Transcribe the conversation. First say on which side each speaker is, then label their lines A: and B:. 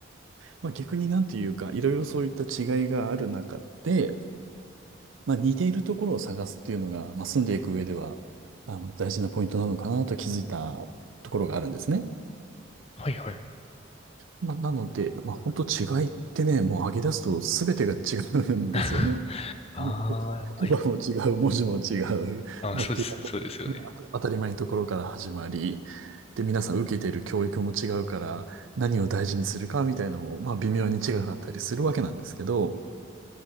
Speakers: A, on the right; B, on the left.
A: まあ逆になんていうか、いろいろそういった違いがある中で、まあ似ているところを探すっていうのが、まあ住んでいく上では、あの、大事なポイントなのかなと気づいたところがあるんですね。
B: はいはい。
A: まあなので、まあ本当違いってね、もう上げ出すと全てが違うんですよね。
B: <laughs> あ
A: もうこ、
B: あ、はいはい。
A: 言葉も違う、文字も違う、
B: あ、
A: まあっていう、
B: そうです、そうですよね。
A: ね、当たり前のところから始まり、で、皆さん受けている教育も違うから、何を大事にするかみたいなのも、まあ微妙に違かったりするわけなんですけど、